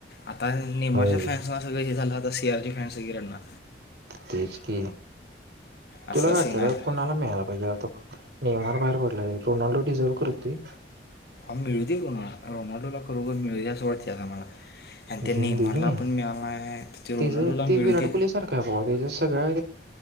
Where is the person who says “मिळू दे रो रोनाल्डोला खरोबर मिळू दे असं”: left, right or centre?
Left